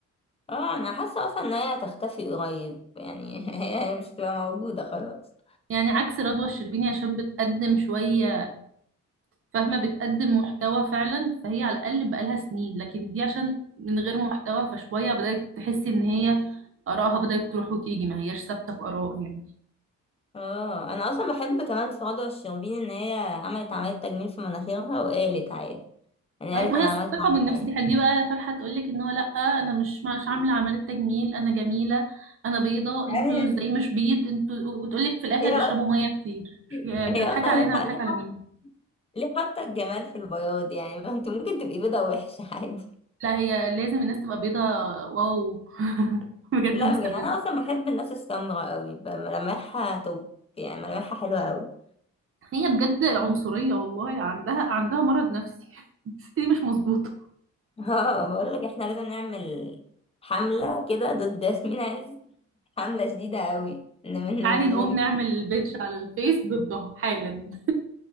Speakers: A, on the left (about 20°); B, on the right (about 45°).
A: اه انا حاسه اصلا ان هي هتختفي قريب يعني <laughs> هي مش هتبقى موجوده خلاص
B: يعني عكس رضوى الشربيني عشان بتقدم شوية فاهمة بتقدم محتوى فعلا فهي على الاقل بقالها سنين لكن دي عشان من غير محتوى فشوية بدأت تحس ان هي آرائها بدأت تروح وتيجي ما هياش ثابتة في آراء يعني
A: اه انا اصلا بحب كمان في رضوى الشربيني ان هي عملت عمليه تجميل في مناخيرها وقالت عادي يعني
B: أي
A: قالت
B: ما
A: انا
B: هي الثقة
A: عملت عمليه
B: بالنفس دي دي بقى فرحة تقولك ان هو لأ انا مش مش عاملة عملية تجميل انا جميلة انا بيضة
A: ايوه
B: انتوا ازاي مش بيض انتوا وتقولك في الاخر
A: هي
B: اشربوا مية كتير يعني
A: <laughs>
B: انت
A: هي
B: بتضحك
A: اصلا
B: علينا
A: ليه حق-
B: هتضحك
A: ليه
B: على
A: حق-
B: مين
A: ليه حاطه الجمال في البياض يعني ما انت ممكن تبقي بيضه وحشه <laughs> عادي
B: لا هي لازم الناس تبقى بيضة واو <laughs> بجد
A: لا
B: مستفزة
A: يعني انا اصلا بحب الناس السمراء قوي بقى ملامحها توب يعني ملامحها حلوه قوي
B: هي بجد عنصرية والله عندها عندها مرض نفسي <laughs> الست دي مش مظبوطة
A: <laughs> اه بقول لك احنا لازم نعمل حمله كده ضد ياسمين عز عاملة شديدة قوي نم-
B: تعالي نقوم
A: نم-
B: نعمل بيدج على الفيس ضدها حالا